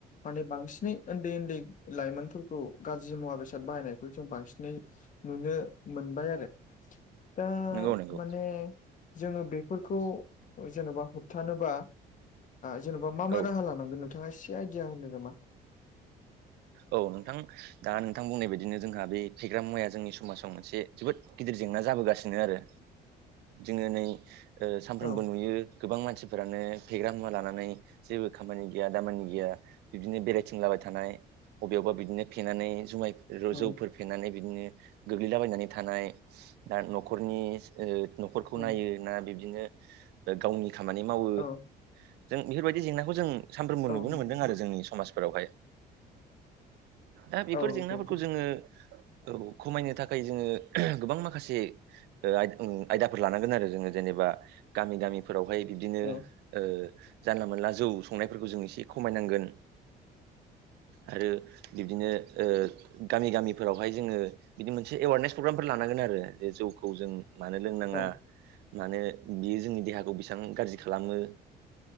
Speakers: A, on the left; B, on the right.
A: माने बांसिनै उन्दै उन्दै लाइमोनफोरखौ गाज्रि मुवा बेसाद बाहायनायखौ जों बांसिनै नुनो मोनबाय आरो। दा
B: नंगौ नंगौ
A: माने जोङो बेफोरखौ जेनेबा होबथानोबा जेनेबा मा मा
B: औ
A: राहा लानांगौ? नोंथाङा एसे आइडिया होनो नोमा?
B: औ नोंथां। दा नोंथां बुंनाय बायदिनो जोंहा बे फेग्रा मुवाया जोंनि समाजाव मोनसे जोबोद गिदिर जेंना जाबोगासिनो आरो। जोङो नै सानफ्रोमबो
A: औ
B: नुयो गोबां मानसिफोरानो फेग्रा मुवा लानानै जेबो खामानि गैया दामानि गैया बिबदिनो बेरायथिं लाबाय थानाय अबेयावबा बिदिनो फेनानै जुमाय
A: ओं
B: जौफोर फेनानै बिदिनो गोग्लैलाबायनानै थानाय दा न'खरनि न'खरखौ
A: ओं
B: नायो ना बिब्दिनो गावनि खामानि मावो
A: औ
B: जों बेफोरबायदि जेंनाखौ जों सानफ्रोमबो
A: औ
B: नुबोनो
A: नंगौ
B: मोन्दों आरो जोंनि समाजफोरावहाय दा बेफोर
A: औ नंगौ
B: जेंनाफोरखौ
A: नोंथां औ
B: जोङो। औ खमायनो थाखाय जोङो गोबां माखासे आयदाफोर लानांगोन आरो जोङो जेनेबा गामि दामिफोरावहाय बिब्दिनो
A: ओम औ ओम
B: जानला मोनानला जौ संनायफोरखौ जों एसे खमायनांगोन आरो बिब्दिनो ओ गामि गामिफोरावहाय जोङो बिदि मोनसे एवारनेस प्रग्रामफोर लानांगोन आरो जे जौखौ जों मानो लोंनाङा
A: ओम
B: मानो बियो जोंनि देहाखौ बेसेबां बोबां गाज्रि खालामो